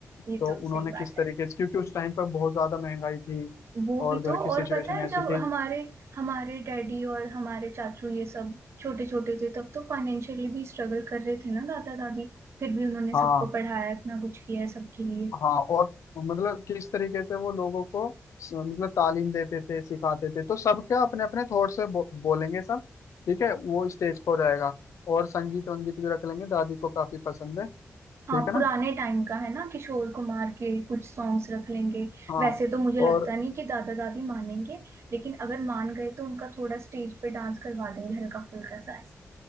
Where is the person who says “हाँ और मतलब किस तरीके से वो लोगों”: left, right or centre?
Left